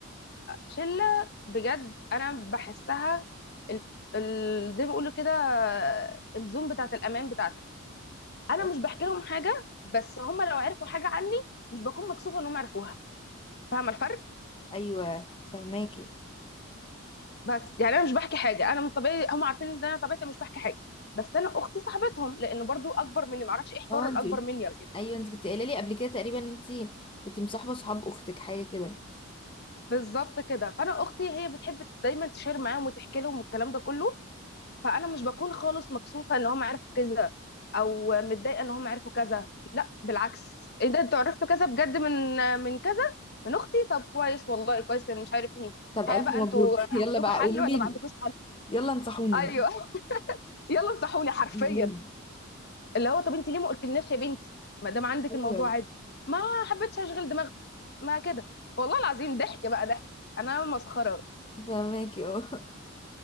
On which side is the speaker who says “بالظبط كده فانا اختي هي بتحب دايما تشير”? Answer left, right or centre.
Left